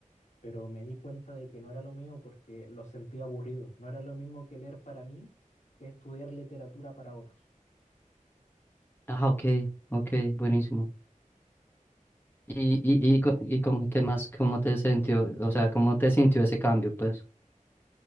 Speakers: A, on the left; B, on the left.
A: pero me di cuenta de que no era lo mío porque lo sentía aburrido. No era lo mismo que leer para mí que estudiar literatura para otros.
B: Ah, ok, ok, buenísimo. Y, y, y, co- y cómo ¿qué más, cómo te sintió, o sea, cómo te sintió ese cambio, pues?